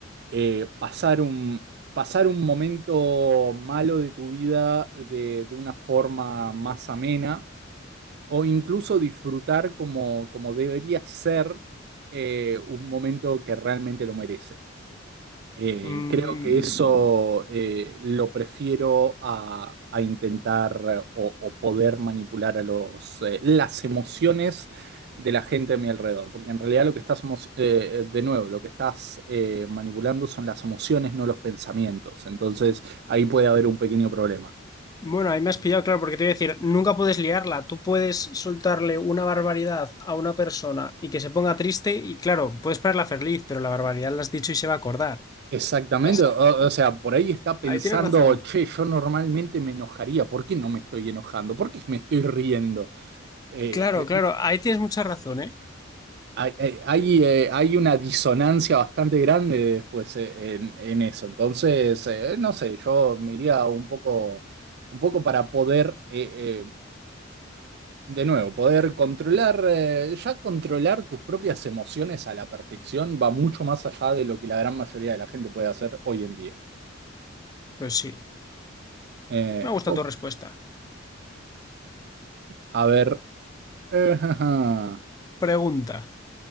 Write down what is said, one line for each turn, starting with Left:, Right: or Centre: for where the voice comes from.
Right: eh, pasar un, pasar un momento malo de tu vida de, de una forma más amena o incluso disfrutar como, como debería ser eh, un momento que realmente lo merece. Eh,
Left: Mm,
Right: creo que eso eh, lo prefiero a, a intentar o, o poder manipular a los, eh, las emociones de la gente a mi alrededor, porque en realidad lo que estás, emo- eh, de nuevo, lo que estás eh, manipulando son las emociones, no los pensamientos. Entonces ahí puede haber un pequeño problema.
Left: Bueno, ahí me has pillado, claro, porque te iba a decir, nunca puedes liarla. Tú puedes soltarle una barbaridad a una persona y que se ponga triste y claro, puedes ponerla feliz, pero la barbaridad la has dicho y se va a acordar.
Right: Exactamente,
Left: Exacto.
Right: o, o sea, por ahí está pensando,
Left: Ahí tienes razón.
Right: che, yo normalmente me enojaría, ¿por qué no me estoy enojando? ¿Por qué me estoy riendo? Eh,
Left: Claro, claro,
Right: eh,
Left: ahí tienes mucha razón, ¿eh?
Right: hay, hay- hay, eh, hay una disonancia bastante grande después eh, en, en eso, entonces, eh, no sé, yo me iría un poco, un poco para poder, eh, eh, de nuevo, poder controlar, eh, ya controlar tus propias emociones a la perfección va mucho más allá de lo que la gran mayoría de la gente puede hacer hoy en día.
Left: Pues sí,
Right: Eh,
Left: me ha gustado
Right: ok,
Left: tu respuesta.
Right: a ver. Eh, jaja.
Left: Pregunta.